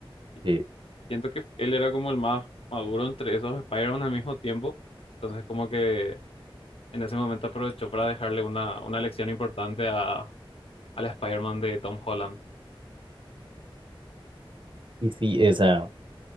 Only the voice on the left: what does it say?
Y
siento que él era como el más maduro entre esos Spider-Man al mismo tiempo. Entonces, como que En ese momento aprovechó para dejarle una, una lección importante a, al Spider-Man de Tom Holland.